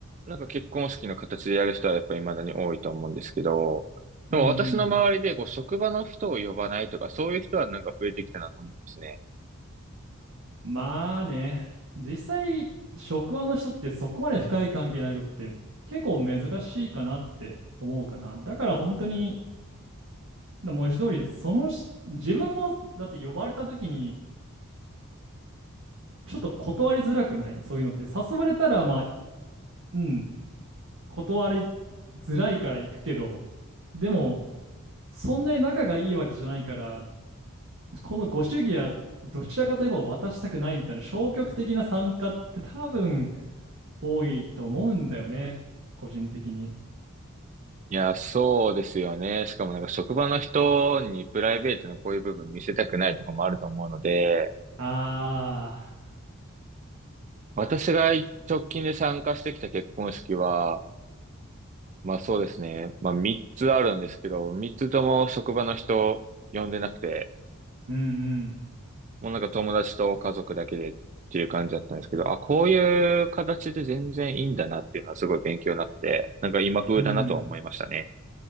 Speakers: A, on the right; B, on the right.
A: なんか結婚式の形でやる人はやっぱり未だに多いと思うんですけど、
B: うんうん。
A: でも私の周りで、こう、職場の人を呼ばないとか、そういう人はなんか増えてきたなと思うんですね。
B: まあね、実際、職場の人ってそこまで深い関係になることって結構珍しいかなって思うかな。だから本当にだ文字通り、そのし、自分も、だって呼ばれた時に、ちょっと断りづらくないそういうのって。誘われたら、まあ、うん、断りづらいから行くけど、でも、そんなに仲がいいわけじゃないから、このご主義は、どちらかといえば渡したくないみたいな消極的な参加って多分多いと思うんだよね。個人的に。
A: いや、そうですよね。しかもなんか職場の人にプライベートのこういう部分見せたくないとかもあると思うので、
B: ああ、
A: 私が直近で参加してきた結婚式は、まあそうですね。まあ3つあるんですけど、3つとも職場の人呼んでなくて、
B: うん
A: もうなんか友達と家族だけでっていう感じだったんですけど、あ、こういう形で全然いいんだなっていうのはすごい勉強になって、なんか今風だなとは思いましたね。
B: うん、うん、